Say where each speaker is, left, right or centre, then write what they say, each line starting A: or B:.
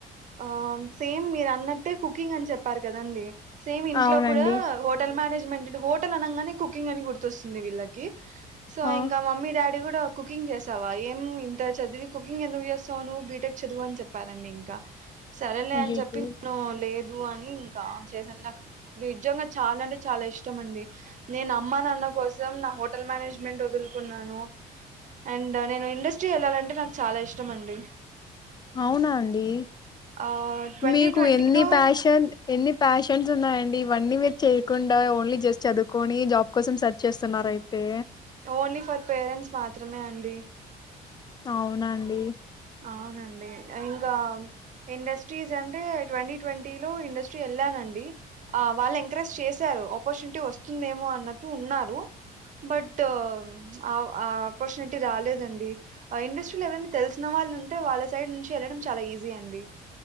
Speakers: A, on the right; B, on the left.
A: ఆం సేమ్ మీరు అన్నట్టే కుకింగ్ అని చెప్పారు కదండి సేమ్ ఇంట్లో
B: అవునండి
A: కూడా హోటల్ మేనేజ్ జిమెంటిడి హోటల్ అనంగానే కుకింగ్ అని గుర్తొస్తుంది వీళ్ళకి సో
B: ఆ!
A: ఇంకా మమ్మీ డాడీ కూడా కుకింగ్ చేసావా ఏం నువ్ ఇంత చదివి కుకింగ్ ఎందుకు చేస్తావు నువ్వు బీ టెక్ చదువు అని చెప్పారండి ఇంకా సరేలే
B: అయ్యయ్యో
A: అని చెప్పి <inaudible> ను లేదు అని ఇంకా చేసాను నాకు నిజంగా చాలా అంటే చాలా ఇష్టం అండి. నేను అమ్మా నాన్న కోసం మొత్తం నా హోటల్ మేనేజ్మెంట్ వదులు ఉన్నాను అండ్ నేను ఇండస్ట్రీ వెళ్ళాలంటే నాకు చాలా ఇష్టం అండి.
B: అవునా అండి.
A: ఆ ట్వంటీ
B: మీకు
A: ట్వంటీలో
B: ఎన్ని ప్యాషన్ ఎన్ని ప్యాషన్ ఎగ్జామ్స్ ఉన్నాయండి. ఇవ్వన్నీ మీరు చేయకుండా ఓన్లీ జస్ట్ చదువుకొని జాబ్ కోసం సర్చ్ చేస్తున్నారా అయితే
A: ఓన్లీ ఫర్ పేరెంట్స్ మాత్రమే అండి.
B: అవునండి
A: అవునండి అ ఇంకా ఇండస్ట్రీస్ అంటే ట్వంటీ ట్వంటీ లో ఇండస్ట్రీ ఎళ్ళానండి ఆ వాళ్ళు ఎంకరేజ్ చేశారు ఆపర్చునిటీ వస్తుందేమో అన్నట్టు ఉన్నారు బట్ ఆవ్ ఆ ఆపర్చునిటీ రాలేదం డి ఆ ఇండస్ట్రీలో ఎవరన్నా తెల్స్ న వాళ్ళున్ టే వాళ్ళ సైడ్ నుంచి ఎళ్ళడం చాలా ఈజీ అండి